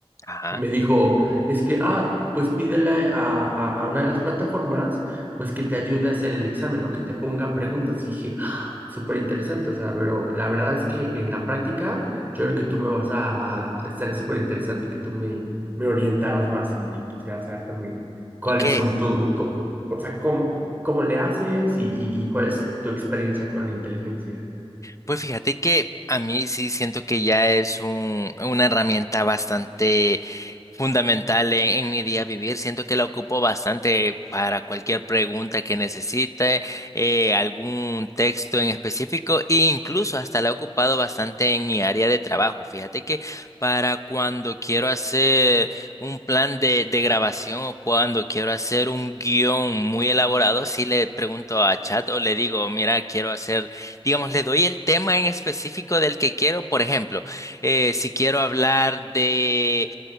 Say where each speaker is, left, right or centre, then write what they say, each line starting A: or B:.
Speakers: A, on the left (about 30°); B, on the right (about 20°).
A: Ajá.
B: Y me dijo, es que, ah, pues pídele a, a- a una de las plataformas, pues que te ayude a hacer el examen o que te ponga preguntas. Y dije, "Ah, súper interesante, o sea, pero la verdad es que en la práctica, yo creo que tú me vas a, estaría súper interesante que tú me, me orientaras más y, y quisiera saber también cuáles
A: Ok,
B: son tu, co- o sea, cómo, cómo le haces y, y y cuál es tu experiencia con la inteligencia.
A: Pues fíjate que a mí sí siento que ya es un- una herramienta bastante fundamental en, en mi día a vivir. Siento que la ocupo bastante para cualquier pregunta que necesite, eh, algún texto en específico e incluso hasta la he ocupado bastante en mi área de trabajo. Fíjate que para cuando quiero hacer un plan de, de grabación o cuando quiero hacer un guión muy elaborado, sí le pregunto a chat o le digo, mira, quiero hacer digamos, le doy el tema en específico del que quiero. Por ejemplo, eh, si quiero hablar de